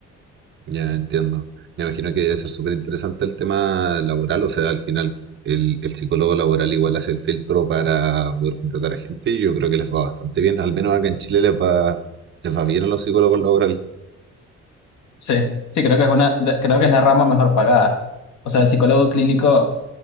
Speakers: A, on the right; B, on the left.
A: ya entiendo. Me imagino que debe ser súper interesante el tema laboral, o sea, al final el, el psicólogo laboral igual hace el filtro para poder contratar a gente y yo creo que les va bastante bien, al menos acá en Chile les va, les va bien a los psicólogos laborales.
B: Sí, sí, creo que es una, de- creo que es la rama mejor pagada. O sea, el psicólogo clínico